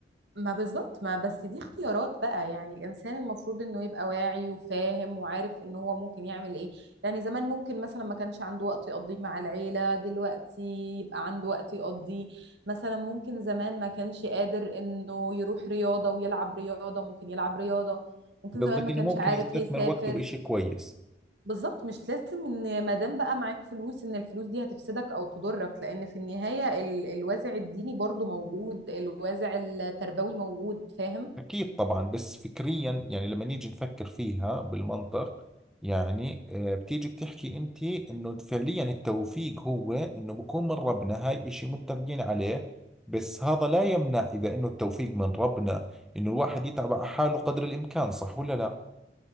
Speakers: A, on the right (about 65°); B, in the centre.
A: ما بالظبط ما بس دي اختيارات بقى يعني الانسان المفروض انه يبقى واعي وفاهم وعارف ان هو ممكن يعمل ايه يعني زمان ممكن مثلا ما كانش عنده وقت يقضيه مع العيلة دلوقتي يبقى عنده وقت يقضيه مثلا ممكن زمان ما كانش قادر انه يروح رياضة ويلعب رياضة ممكن يلعب رياضة ممكن زمان
B: قصدك
A: ما
B: انه
A: كانش
B: ممكن
A: عارف
B: يستثمر
A: يسافر
B: وقته بإشي كويس
A: بالظبط مش لازم ان ما دام بقى معاك فلوس ان الفلوس دي هتفسدك او تضرك لان في النهايه ال... الوازع الديني برضو موجود الوازع التربوي موجود فاهم
B: اكيد طبعا بس فكريا يعني لما نيجي نفكر فيها بالمنطق يعني آه، بتيجي بتحكي انت انه فعليا التوفيق هو انه بكون من ربنا هاي إشي متفقين عليه بس هذا لا يمنع اذا انه التوفيق من ربنا انه الواحد يتعب على حاله قدر الامكان صح ولا لا